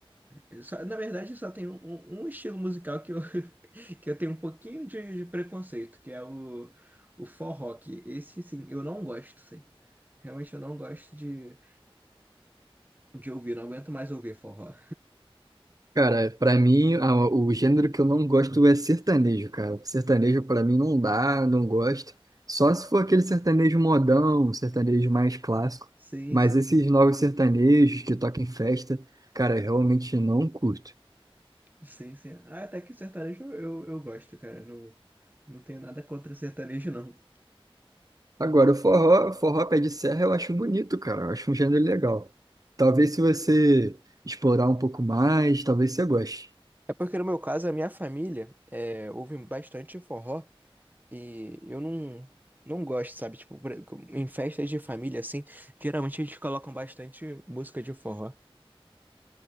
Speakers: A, on the right; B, on the right.
A: é, só- na verdade, só tem um, um- um estilo musical que eu, <laughs> que eu tenho um pouquinho de, de preconceito, que é o, o forró. que Esse, sim, eu não gosto, sim. Realmente eu não gosto de, de ouvir, não aguento mais ouvir forró.
B: Cara, pra mim, a- o gênero que eu não gosto é sertanejo, cara. Sertanejo pra mim não dá, não gosto. Só se for aquele sertanejo modão, um sertanejo mais clássico.
A: Sim,
B: Mas
A: sim,
B: esses novos sertanejos que tocam em festa, cara, eu realmente não curto.
A: sim, sim. Ah, até que sertanejo eu, eu, eu gosto, cara. Não, não tenho nada contra sertanejo, não.
B: Agora, o forró, forró pé de serra eu acho bonito, cara. Eu acho um gênero legal. Talvez se você explorar um pouco mais, talvez você goste.
A: É porque no meu caso, a minha família é, ouve bastante forró. E eu não, não gosto, sabe? Tipo, por- em festas de família, assim, geralmente eles colocam bastante música de forró.